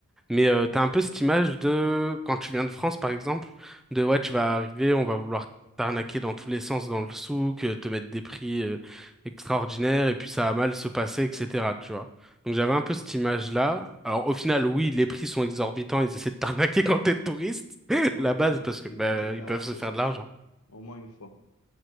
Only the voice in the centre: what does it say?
Mais euh, t'as un peu cette image de, quand tu viens de France par exemple, de ouais, tu vas arriver, on va vouloir t'arnaquer dans tous les sens dans le souk, euh, te mettre des prix euh, extraordinaires, et puis ça a mal se passer, etc. Tu vois. Donc j'avais un peu cette image-là. Alors au final, oui, les prix sont exorbitants, ils essaient de t'arnaquer <laughs> quand t'es touriste, <laughs>
la base,
parce
que bah,
ils
peuvent se faire
de l'argent.